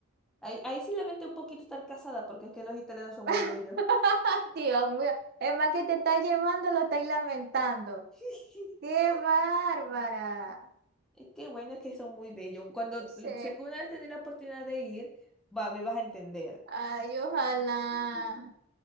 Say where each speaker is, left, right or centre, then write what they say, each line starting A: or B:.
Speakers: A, in the centre; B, on the right (about 50°).
A: Ahí, ahí sí lamento un poquito estar casada porque es que los italianos son
B: <laughs>
A: muy bellos.
B: Dios mío, es más que te está llevando, lo estáis lamentando.
A: <laughs>
B: ¡Qué bárbara!
A: Es que bueno, es que son muy bellos. Cuando,
B: Sí.
A: si alguna vez tenés la oportunidad de ir, va, me vas a entender.
B: Ay, ojalá.
A: Ujú.